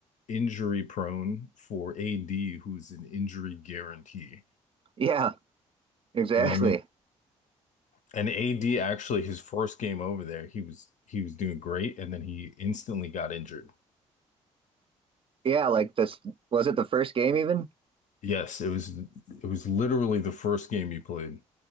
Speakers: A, on the left; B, on the right.
A: injury prone, for AD, who's an injury guarantee.
B: yeah, exactly.
A: You know what I mean? And AD actually, his first game over there, he was he was doing great, and then he instantly got injured.
B: Yeah, like this was it the first game even?
A: Yes, it was it was literally the first game he played.